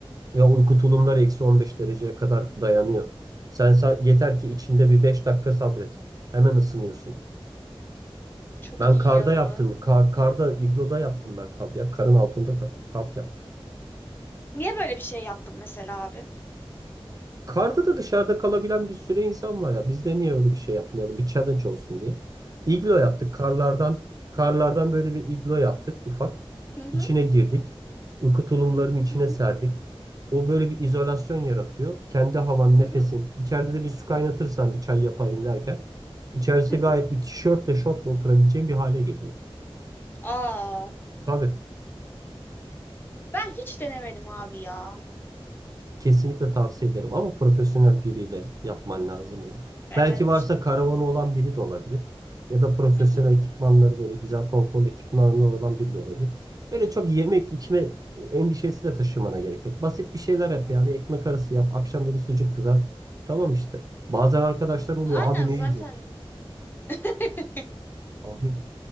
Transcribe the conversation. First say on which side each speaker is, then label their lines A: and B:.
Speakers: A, on the right (about 40°); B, on the left (about 20°).
A: Ve uyku tulumları eksi 15 dereceye kadar dayanıyor. Sen, sa- yeter ki içinde bir 5 dakika sabret. Hemen ısınıyorsun.
B: Çok
A: Ben
B: iyi
A: karda
B: ya.
A: yaptım. Kar, karda, igloda yaptım ben kamp ya. Karın altında ka- kamp yaptım.
B: Niye böyle bir şey yaptım mesela abi?
A: Karda da dışarıda kalabilen bir sürü insan var ya. Biz de niye öyle bir şey yapmayalım? Bir challenge olsun diye. İglo yaptık. Karlardan karlardan böyle bir iglo yaptık ufak.
B: Hı hı,
A: İçine girdik. Uyku tulumlarının içine
B: hı hı,
A: serdik. O böyle bir izolasyon yaratıyor. Kendi havan, nefesin.
B: hı hı,
A: İçeride de bir su kaynatırsan bir çay yapayım derken. içerisi
B: hı hı.
A: gayet iç- tişörtle şortla oturabileceğin bir hale geliyor.
B: Aa,
A: Tabii.
B: ben hiç denemedim abi ya.
A: Kesinlikle tavsiye ederim ama profesyonel biriyle yapman lazım bunu.
B: Evet.
A: Belki varsa karavanı olan biri de olabilir. Ya da profesyonel
B: Hı hı,
A: ekipmanları böyle güzel konforlu ekipmanları olan biri de olabilir. Öyle çok yemek içme endişesi de taşımana gerek yok. Basit bir şeyler yap
B: hı
A: ya.
B: hı.
A: Bir ekmek arası yap. Akşam da bir sucuk kızart. Tamam işte. Bazen arkadaşlar oluyor.
B: Aynen
A: Abi ne
B: zaten
A: yiyecek?
B: <laughs>
A: Abi